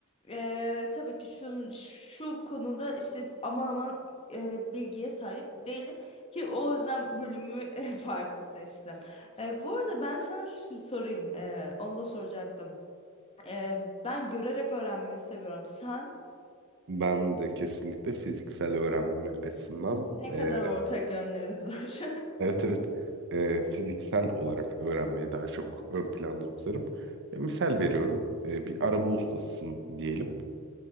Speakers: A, on the left; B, on the right.
A: Eee tabii ki şu, şu konuda işte aman aman e, bilgiye sahip değilim ki o yüzden bölümü <laughs> e, farklı seçtim. E, bu arada ben sana şu sorayım, e, onu da soracaktım. E, ben görerek öğrenmeyi seviyorum. Sen
B: Ben de kesinlikle fiziksel öğrenme açısından
A: ne
B: eee,
A: kadar ortak yönlerimiz var?
B: <laughs> evet evet eee, fiziksel olarak öğrenmeyi daha çok ön planda tutarım. Ya, misal veriyorum eee, bir araba ustasısın diyelim.